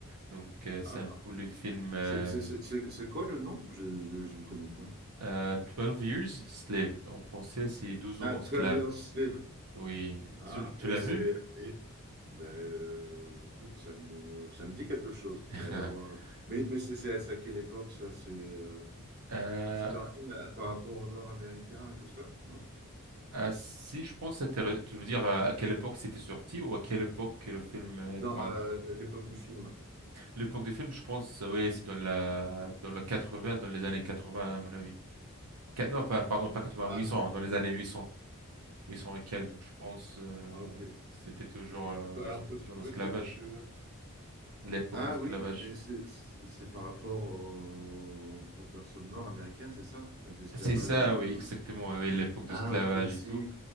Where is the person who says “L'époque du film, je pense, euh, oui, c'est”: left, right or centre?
Right